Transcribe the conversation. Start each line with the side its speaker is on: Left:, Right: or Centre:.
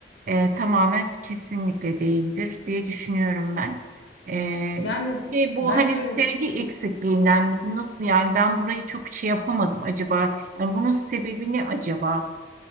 Right: e, tamamen kesinlikle değildir diye düşünüyorum ben. E,
Left: Yani
Right: e, bu
Left: ben
Right: hani
Left: şöyle
Right: sevgi eksikliğinden nasıl yani ben burayı çok şey yapamadım acaba yani bunun sebebi ne acaba?